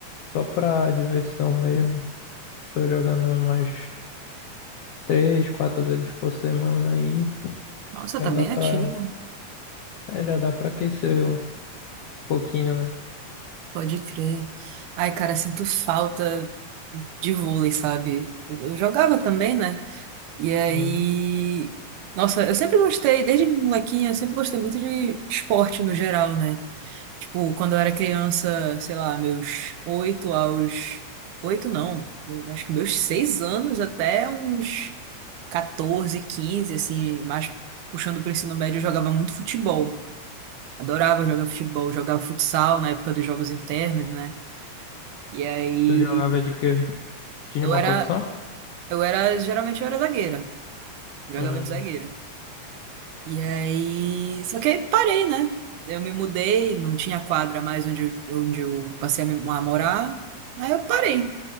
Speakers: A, on the left; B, on the right.
A: Só pra diversão mesmo. Tô jogando umas três, quatro vezes por semana aí.
B: Nossa,
A: Já
B: tá bem
A: dá pra.
B: ativo.
A: É, já dá pra aquecer um pouquinho, né?
B: Pode crer. Ai, cara, sinto falta de vôlei, sabe? Eu jogava também, né? E aí.
A: Uhum.
B: Nossa, eu sempre gostei, desde molequinha, eu sempre gostei muito de esporte no geral, né? Tipo, quando eu era criança, sei lá, meus oito aos. Oito não, acho que meus seis anos até uns 14, 15 assim, mais puxando pro ensino médio, eu jogava muito futebol. Adorava jogar futebol, jogava futsal na época dos jogos internos, né? E aí
A: Tu jogava de quê? Tinha
B: eu
A: uma
B: era,
A: posição?
B: eu era, geralmente eu era zagueira, jogava
A: Uhum.
B: de zagueira. E aí. Só que aí parei, né? Eu me mudei, não tinha quadra mais onde, eu- onde eu passei a me- a morar. Aí eu parei.